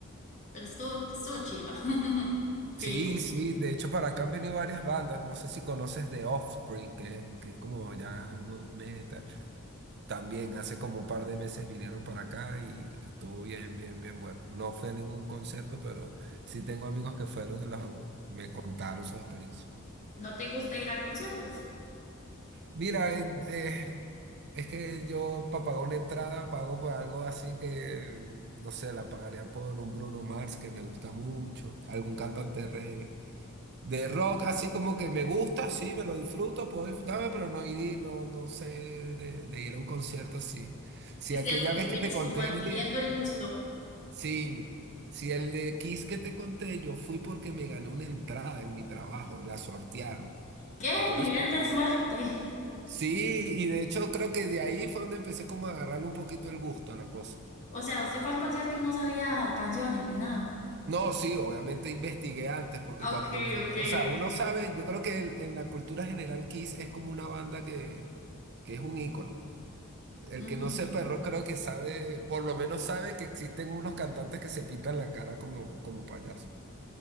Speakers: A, on the left; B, on the right.
A: Pero estuvo, estuvo chiva, <laughs> fijo.
B: Sí, sí, de hecho para acá han venido varias bandas, no sé si conoces The Offspring, que, que es como ya nu metal, también hace como un par de meses vinieron para acá y, y estuvo bien, bien, bien bueno. No fui a ningún concierto, pero sí tengo amigos que fueron y los- me contaron su experiencia.
A: ¿No te gusta ir a conciertos?
B: Mira, eh, eh, es que yo para pagar una entrada pago por algo así que, no sé, la pagaría por un Bruno Mars que me gusta mucho, algún cantante de reggae. De rock, así como que me gusta, sí, me lo disfruto, puedo disfrutarme, pero no ir, no, no sé de, de ir a un concierto así. Si
A: Sí,
B: aquella
A: cierto,
B: vez
A: que vienes
B: que te conté
A: como adquiriendo
B: el de,
A: el gusto.
B: sí, si el de Kiss que te conté, yo fui porque me gané una entrada en mi trabajo, la sortearon.
A: ¡Qué
B: Y por
A: nivel
B: eso. fui.
A: de suerte!
B: Sí, y de hecho creo que de ahí fue donde empecé como a agarrarle un poquito el gusto a la cosa.
A: O sea, usted fue al concierto y no sabía canciones ni nada.
B: No, sí, obviamente investigué antes, porque cuando
A: Ok,
B: me,
A: ok,
B: o sea,
A: ok.
B: uno sabe, yo creo que el- en la cultura general Kiss es como una banda que, que es un ícono. El
A: Ujú.
B: que no sepa rock creo que sabe, por lo menos sabe que existen unos cantantes que se pintan la cara como, como payaso.